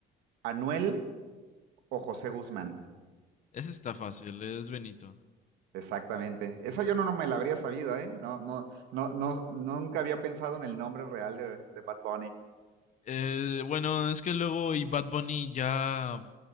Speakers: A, on the right; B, on the left.
A: Anuel o José Guzmán.
B: Ese está fácil, es Benito.
A: Exactamente. Esa yo no, no me la habría sabido, ¿eh? No, no, no, no, nunca había pensado en el nombre real de, de Bad Bunny
B: Eh, bueno, es que luego y Bad Bunny ya,